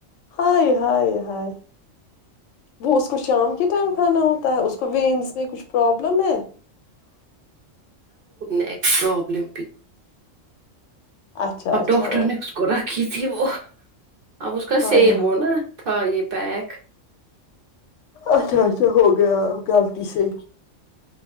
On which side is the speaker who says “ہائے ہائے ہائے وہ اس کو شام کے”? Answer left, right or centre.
Left